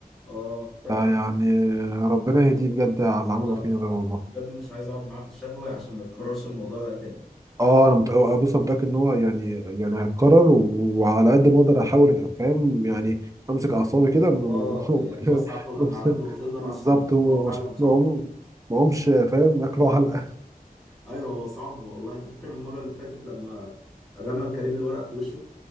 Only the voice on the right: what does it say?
يعني
ربنا يهديه بجد على اللي عمله
فينا ده والله
اه انا مت... آه، بص انا متاكد ان هو يعني يعني هيتكرر و... وعلى قد ما اقدر احاول فاهم يعني امسك اعصابي كده و-
<laughs>
بالظبط
هو
عشان
ما اقوم- ما اقومش فاهم اكله علقه